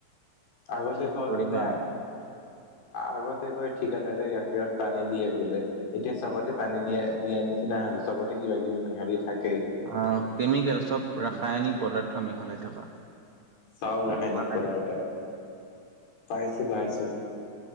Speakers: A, on the left; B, on the right.
A: আগতে
B: কি
A: কয়
B: কৰিবা
A: বোলে আগত ততে কৈ ঠিকদাই গাখীৰত পানী দিয়ে বোলে এতিয়া চবতে পানী দিয়া দিয়া নিচিনা হৈ চবতে- কিবা কিবি মিহলি থাক-
B: আহ কেমিকেল চব ৰাসায়নিক পদাৰ্থ মিহলাই থকা-
A: চব
B: গম
A: ৰাসায়নিক
B: পোৱা নাই
A: পদাৰ্থ পাইছো পাইছো।